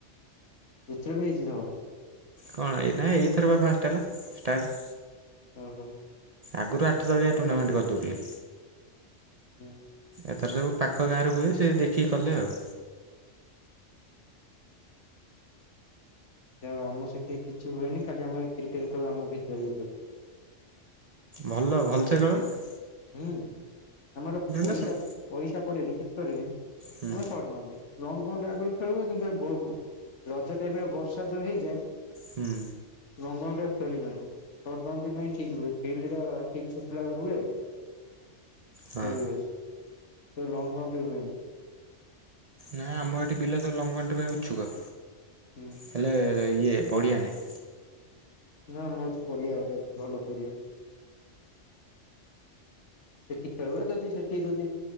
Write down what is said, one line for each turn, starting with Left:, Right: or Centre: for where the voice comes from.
Left: ଯେତେବେ ବି ହେଇଛି ଝଗଡା।
Right: କଣ ଏଇ ନା ଏଇଥର ବା ଫାଷ୍ଟ ହେଲା ଷ୍ଟାର୍ଟ।
Left: ଓ ହୋ।
Right: ଆଗରୁ ଆଠ ତଳିଆ ଟୁର୍ଣ୍ଣାମେଣ୍ଟ କରିଦେଉଥିଲି।
Left: ହୁଁ।
Right: ଏଥର ସବୁ ପାଖ ଗାଁରେ ହୁଏ ସେ ଦେଖିକି କଲେ ଆଉ।
Left: ଯା ହେଉ ଆମ ସେଠି କିଛି ହୁଏନି ଖାଲି ଆମେ କ୍ରିକେଟ ଖେଳୁ ଆମ ଭିତରେ ଭିତରେ।
Right: ଭଲ ଭଲ ସେ କଳନା।
Left: ହୁଁ ଆମର ପଇସା
Right: ନା ସାର୍
Left: ପଇସା ପଡେନି କିଛି କରିନି। ଆମର
Right: ହୁଁ
Left: ଶର୍ଟ ବାଉଣ୍ଡରି, ଲଙ୍ଗ ବାଉଣ୍ଡରୀ ଆଗରୁ ଖେଳ କିନ୍ତୁ ବ ଵ ରଜ ଟାଇମ ରେ ବର୍ଷା ଯୋଉ ହେଇଯାଏ।
Right: ହୁଁ।
Left: ଲଙ୍ଗ ବାଉଣ୍ଡରି ରେ ଖେଳିହୁଏନା। ସୋର୍ଟ ବାଉଣ୍ଡରି ପାଇଁ ଠିକ୍ ହୁଏ। <unintelligible>
Right: ହଁ।
Left: ଖେଳିିହୁଏ। କିନ୍ତୁ ଲଙ୍ଗ ବାଉଣ୍ଡ୍ରି ହୁଏନି।
Right: ନାାଇ ଆମ ଏଠି ପିଲା ସବୁ ଲଙ୍ଗ ବାଉଣ୍ଡରି ପାଇଁ ଇଛୁକ।
Left: ହୁଁ।
Right: ହେ୍ଲେ ଇଏ ପଡ଼ିଆ ନାହିଁ।
Left: ନା ମୋ ଏଟି ପଡିଆ ଗୋଟେ ଭଲ ପଡିଆ। ସେଠି ଖେଳ ହୁଏ ଯଦି ସେଠି ଯଦି